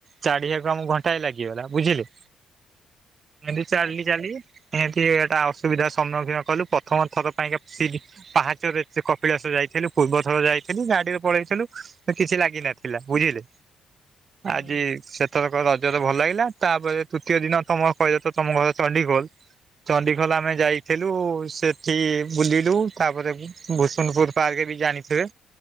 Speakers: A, on the right (about 45°); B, on the left (about 80°).
A: ଚାଢିବା କୁ ଆମକୁ ଘଣ୍ଟାଏ ଲାଗିଗଲା ବୁଝିଲୁ।
B: <inaudible>
A: ଏମତି ଚାଲି
B: ଆଚ୍ଛା
A: ଚାଲି ଏମତି ଏଟା ଅସୁବିଧାର ସମ୍ମୁଖୀନ କଲୁ ପ୍ରଥମ ଥର ପାଇଁକା ସିଡି ପାହାଚରେ ଏତେ କପିଳାସ ଯାଇଥିଲୁ ପୂର୍ବ ଥର ଯାଇଥିଲୁ ଗାଡିରେ ପଳେଇଥିଲୁ। କିଛି ଲାଗିନଥିଲା ବୁଝିଲେ,
B: ହୁଁ
A: ଆଜି ସେ ଏଥରକ ରଜ ରେ ଭଲ ଲାଗିଲା ତାପରେ ତୃତୀୟ ଦିନ ତମ କହିଲ ତମ ଘର ଚଣ୍ଡୀଖୋଲ।
B: <inaudible>
A: ଚଣ୍ଡିଖୋଲ ଆମେ ଯାଇଥିଲୁ ସେଠି ବୁଲିଲୁ ତାପରେ ଭୂସୁଣପୁର ପାର୍କ ବି ଜାଣି ଥେରେ